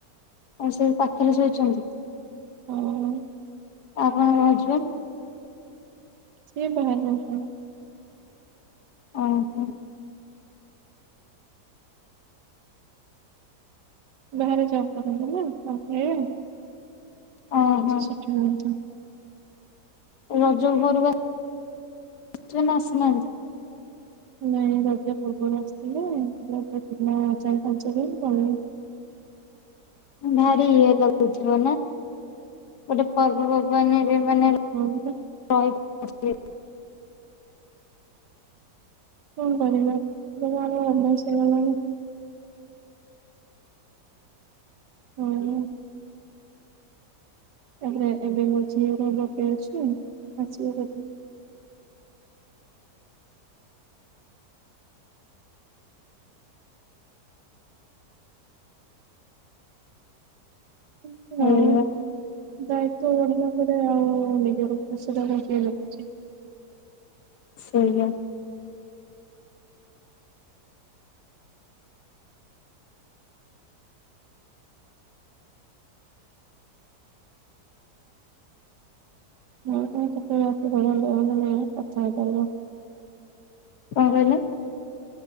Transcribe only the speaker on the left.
ଆଉ ସେ ପାଖରେ ଶୋଇଛନ୍ତି।
ଆପଣଙ୍କ ର ଛୁଆ?
ଓହୋ।
ଓହୋ
ରଜକୁ ଘରକୁ ଆ ଆସିବେ ନା ଆସିନାହାଁନ୍ତି?
ଭାରି ଇଏ ଲାଗୁଥିବ ନା ଗୋଟେ ପର୍ବ ପର୍ବାଣୀ? ମାନେ ରହି।
<inaudible>
ଏଇଆ
ସେଇଆ
କଣ କହିଲ?